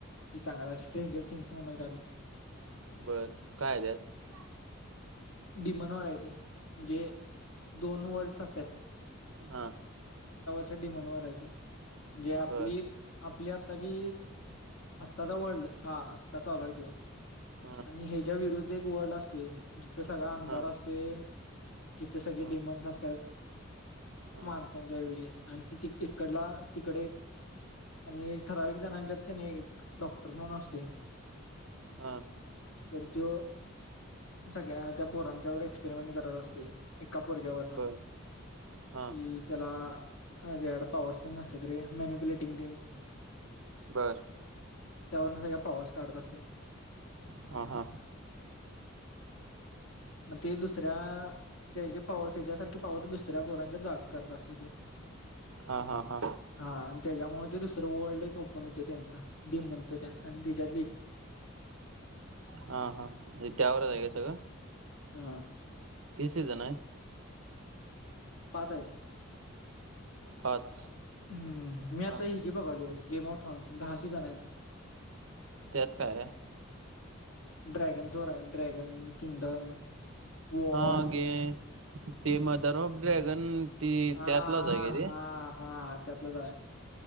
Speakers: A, on the left; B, on the right.
A: सांगणार्टेंजर थिंग्स काय बघ ह
B: बर काय आहे त्यात
A: डीमनवरय ती म्हणजे दोन वर्ल्डस असतात.
B: हा
A: डीमनवर आहेत ती. म्हणजे आपली
B: बर
A: -आपली आत्ताची -आत्ताचा वर्ल्ड हा चालु आहे तो
B: हा
A: आणि, ह्याच्या विरुद्ध एक वर्ल्ड असतोय. तो सगळा अंधार
B: हा
A: असतो. जिथे सगळे
B: हा
A: डिमांस असतात.
B: हा
A: माणसांच्या ऐवजी आणि ती इकडला -तिकडे आणि ठरावीक जणांच्यात कणी एक डॉक्टर म्हणुन असते.
B: हा
A: तर तो सगळ्या त्या पोरांच्यावर एक्सपेरिमेंट करत असतो. एका पोरग्यावर ना
B: बर हा
A: कि त्याला ॲड पावरर्सेन असलं तरी मॅन्युप्लेटिंग तेन
B: बर.
A: त्यावरण सगळ्या पॉवर्स काढत असतात.
B: हा हा.
A: मग ते दुसऱ्या त्याच्या पाव त्याच्यासारखी पावर दुसऱ्या पोरांच्या जागा करत असतेत तो.
B: हा हा हा
A: हा आणि त्याच्यामुळे दुसरं वर्ल्ड एक ओपन होत त्यांचं डीमनचं त्या आणि त्याच्यात
B: हा हा त्यावर आहे काय सगळं?
A: हा.
B: ते सिजन आहे.
A: पाच आहेत.
B: पाच
A: हं मी आता
B: हा
A: हिजी
B: हा
A: बघाली गेम ऑथॉन दहा सिजन आहेत.
B: त्यात काय आहे?
A: ड्रॅगनसवर आहे. ड्रॅगन, किंगडम, वॉर
B: हा गे ते मदर ऑफ ड्रॅगन, ती
A: हा
B: त्यातलाच
A: हा
B: आहे का ते
A: हा हा त्यातलच आहे.